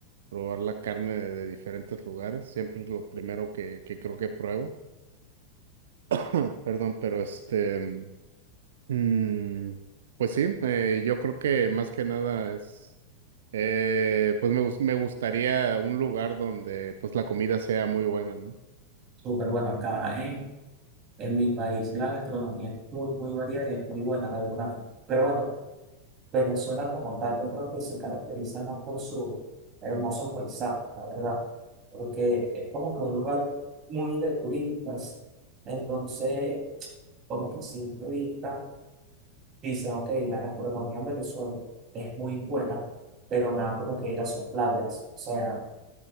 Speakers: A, on the right; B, on the right.
A: probar la carne de, de diferentes lugares. Siempre es lo primero que, que creo que pruebo. <clears throat> Perdón, pero este, mm, pues sí, eh, yo creo que más que nada es, eh, pues me, gus- me gustaría un lugar donde pues la comida sea muy buena, ¿no?
B: Súper bueno acá, ¿eh? En mi país la gastronomía es muy, muy variada y es muy buena, la verdad. Pero bueno, Venezuela como tal, yo creo que se caracteriza más por su hermoso paisaje, la verdad. Porque es como que un lugar muy de turistas. Entonces, como que a simple vista dicen, ok, la gastronomía en Venezuela es muy buena, pero nada como que ir a sus playas. O sea,